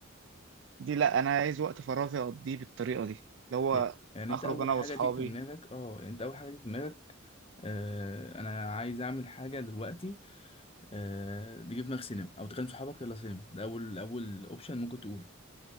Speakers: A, on the right; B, on the left.
A: دي لا انا عايز وقت فراغي اقضيه بالطريقه دي اللي هو
B: يا- يعني
A: اخرج
B: انت اول
A: انا
B: حاجه
A: واصحابي
B: تيجي في دماغك اه يعني انت اول حاجه تيجي في دماغك آه انا عايز اعمل حاجه دلوقتي آه تيجي في دماغك سينما او تكلم صحابك يلا سينما ده اول اول اوبشن ممكن تقوله